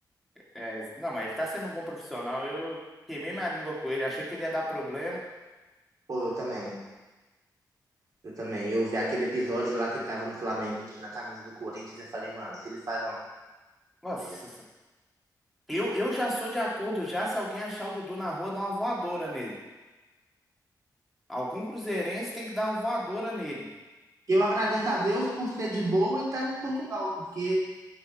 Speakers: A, in the centre; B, on the right.
A: É, não, mas ele tá sendo um bom profissional. Eu queimei minha língua com ele, achei que ele ia dar problema.
B: Pô, eu também. Eu também. Eu vi aquele episódio lá que ele tava no Flamengo vestindo a camisa do Corinthians e eu falei, mano, se ele faz uma
A: Nossa,
B: coisa.
A: sen- eu, eu já sou de acordo já se alguém achar o Dudu na rua, dar uma voadora nele. Algum cruzeirense tem que dar uma voadora nele.
B: Eu agradeço a Deus por ser de boa e estar em Portugal, porque